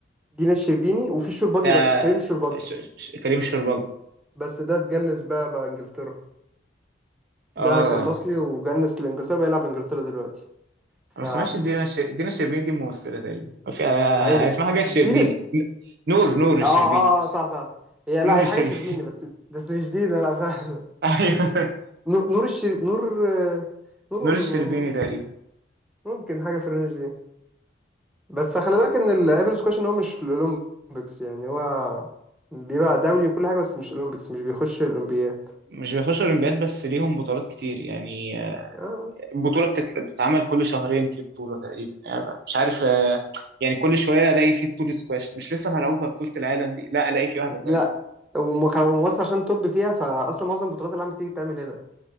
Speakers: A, in the centre; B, on the right.
A: دينا الشربيني وفي الشرباجي
B: ده
A: بقى كريم الشرباجي
B: ش- ش- كريم الشربال
A: بس ده اتجنس بقى بقى انجلترا
B: اه
A: ده كان
B: انا
A: مصري وجنس لانجلترا بقى يلعب لانجلترا دلوقتي
B: ما
A: ف
B: اسمهاش دينا الش- دينا الشربيني دي ممثله تقريبا في آه،
A: اي
B: اسمها حاجه الشربيني
A: دي
B: ن- نور نور
A: ال-
B: الشربيني
A: اه اه آه، صح صح هي لا
B: نور
A: هي
B: الشربيني
A: حاجة شربيني بس بس مش دي ده لا <laughs> فعلا
B: <laughs> ايوه
A: نو- نور الشرب نور آه، نور
B: نور
A: ولا
B: الشربيني
A: نور
B: تقريبا
A: ممكن حاجة في الرينج دي بس خلي بالك ان الابل سكواش ان هو مش في الاولمبيكس يعني هو بيبقى دولي وكل حاجة بس مش الاولمبيكس مش بيخش الاولمبياد
B: مش بيخشوا اولمبياد بس ليهم بطولات كتير يعني
A: آه.
B: البطولة بتت- بتتعمل كل شهرين في بطولة تقريبا يعني مش عارف آه، يعني كل شوية ألاقي في بطولة سكواش مش لسه ملعوبة بطولة العالم دي لا ألاقي في واحدة
A: لا
B: تانية
A: وم- ومصر عشان طب فيها فاصلا معظم البطولات اللي عم بتيجي بتتعمل هنا